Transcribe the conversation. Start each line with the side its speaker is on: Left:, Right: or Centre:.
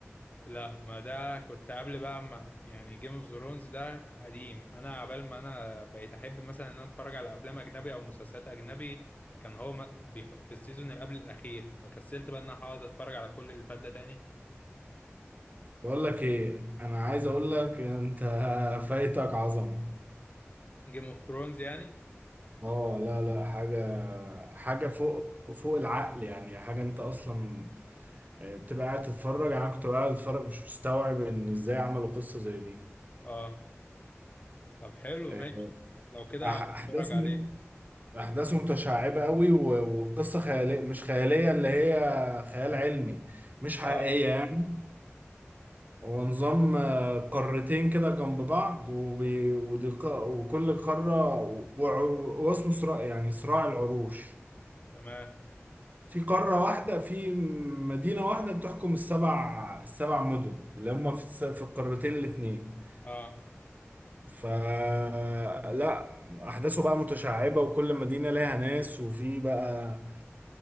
Left: لا ما ده كنت قبل بقى ما يعني جيم اوف ثرونز ده قديم انا عبال ما انا بقيت احب مثلا ان انا اتفرج على افلام اجنبي او مسلسلات اجنبي كان هو ما- بيخ- في السيزون اللي قبل الاخير فكسلت بقى ان انا هقعد اتفرج على كل اللي فات ده تاني
Right: بقول لك ايه انا عايز اقول لك انت <laughs> فايتك عظمه
Left: جيم اوف ثرونز يعني
Right: اه لا لا حاجه حاجه فوق فوق العقل يعني حاجه انت اصلا آه، بتبقى قاعد تتفرج يعني انا كنت قاعد اتفرج مش مستوعب ان ازاي عملوا قصه زي دي
Left: اه طب حلو
Right: آه،
Left: ماشي لو كده
Right: أح- احداث
Left: هتفرج عليه
Right: م- احداث متشعبه قوي و- وقصه خياليه مش خياليه اللي هي خيال علمي مش حقيقيه
Left: اه
Right: يعني هو نظام آه، قارتين كده جنب بعض وبي... ودي... ق- وكل قارة و... و... واسمه صراع يعني صراع العروش
Left: تمام
Right: في قارة واحدة في مدينة واحدة بتحكم السبع السبع مدن اللي هم في, الس... في القارتين الاتنين
Left: اه
Right: فلا أحداثه بقى متشعبة وكل مدينة لها ناس وفي بقى